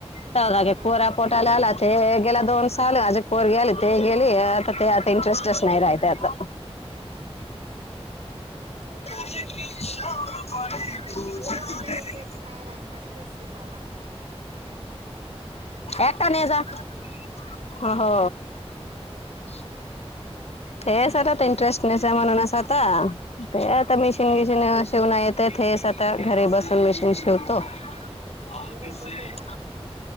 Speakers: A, on the left; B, on the right.
A: तर घागे
B: हा
A: पोरापो
B: हा
A: ट आला ते गेला दोन साल, आजुक पोरगी ते गेली. आता ते आता इंटरेस्टच नाही राहले आता.
B: हो ते
A: हम्
B: करेक्ट असतं लग्न झाल्यावर इंटरेस्ट
A: <inaudible> <inaudible>
B: नाही फस्ट असच <unintelligible> सीकवा
A: एता नाही जा <inaudible> हो हो <inaudible> हे सर्वात इंटरेस्टनेस म्हणून असं होता. ते आता मशीन-
B: हम्म
A: विशीन शिवण येतय, हेच आता घरी बसून मशीन शिवतो. बाकीसे
B: गिरायक होते
A: <inaudible>
B: मग